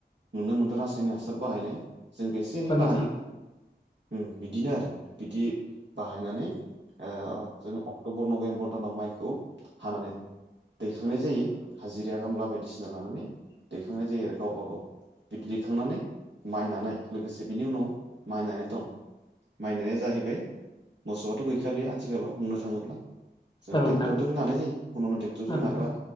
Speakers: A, on the right; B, on the left.
A: नुनो मोन्दों रासायनिक हासार बाहायनाय। जोंबो एसे एनै
B: नोंथां
A: बाहायो ओम बिदिनो आरो बिदि बाहायनानै ओ। जों अक्ट'बर नभेम्बर दानाव माइखौ हानानै। दैखांनाय जायो हाजिरा खामला बायदिसिना लानानै दैखांनाय जायो आरो गावबा गाव। बिदि दैखांनानै माइनानै लोगोसे बिनि उनाव माइनानै दं। माइनाया जाहैबाय मोसौआथ' गैखालिया आथिखालाव बुंनो थाङोब्ला। जों
B: औ नोंथां
A: टेक्टरदों नानाय जायो हनुमान टेक्टरजों
B: औ नोंथां
A: नाग्रा।